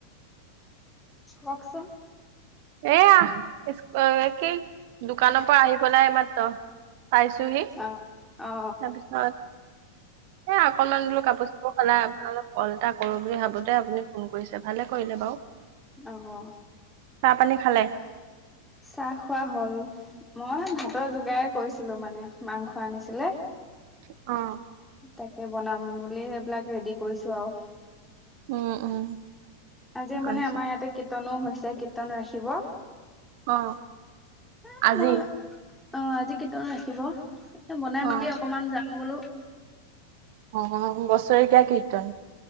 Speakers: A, in the centre; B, on the right.
A: কওঁকচোন।
B: এয়ােখি <unintelligible> দোকানৰ পৰা আহি গ'লা এই মাত্ৰ। পাইছোহি,
A: অ অ
B: তাৰপিছত এ অকনমান বোলো কাপোৰ চাপোৰ সলাই আপোনালে অলপ ক'ল এটা কৰো বুলি ভাবোতে আপুনি ফোন কৰিছে, ভালে কৰিলে বাৰু।
A: অ' অ'
B: চাহ পানী খালে?
A: চাহ খোৱা হ'ল। মই ভাতৰ যোগাৰেই কৰিছিলো মানে, মাংস আনিছিলে।
B: অ'।
A: তাকে বনাম বুলি এইবিলাক ৰে'ডি কৰিছো আৰু।
B: উম উম।
A: আজি
B: কি কৰিছে
A: মানে আমাৰ ইয়াতে কীৰ্ত্তনো হৈছে, কীৰ্তন ৰাখিব।
B: অ'
A: এ
B: আজি
A: মই অ আজি কীৰ্তন ৰাখিব? এ বনাই
B: অ
A: মেলি অকমান যাম বোলো। <unintelligible>
B: অ' বছৰিকীয়া কীৰ্তন